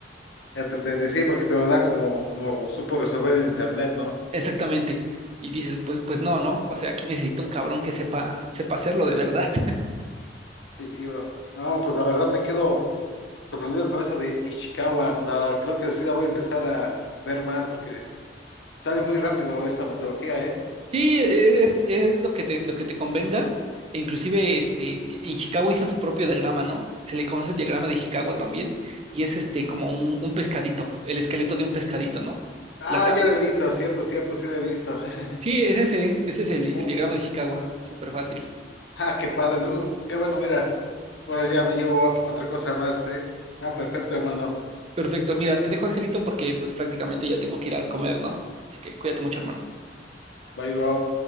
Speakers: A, on the left (about 75°); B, on the right (about 35°).
A: Ya te entendí, sí, porque te lo da como, como supo resolver en internet, ¿no?
B: Exactamente. Y dices, pues, pues no, ¿no? O sea, aquí necesito un cabrón que sepa, sepa hacerlo de verdad. <laughs>
A: Sí, y bro. No, pues la verdad me quedo sorprendido con esa de Ishikawa. La- creo que sí la voy a empezar a ver más porque sale muy rápido esa metodología, ¿eh?
B: Sí, e-, es, es lo que te, lo que te convenga. E inclusive, este, ti- en Chicago hizo su propio diagrama, ¿no? Se le conoce el diagrama de Chicago también, y es este como un, un pescadito, el esqueleto de un pescadito, ¿no?
A: Ah,
B: La, ca-
A: ya la he visto, cierto, cierto, sí la he visto. <laughs>
B: sí, es ese, ese es el,
A: Oh,
B: el diagrama de Chicago, súper fácil.
A: ah, qué padre, ¿no? Qué bueno, mira. Ahora ya me llevo otra cosa más, ¿eh? Ah, perfecto, hermano.
B: Perfecto, mira, te dejo, Angelito, porque pues prácticamente ya tengo que ir a comer, ¿no? Así que cuídate mucho, hermano.
A: Bye, bro.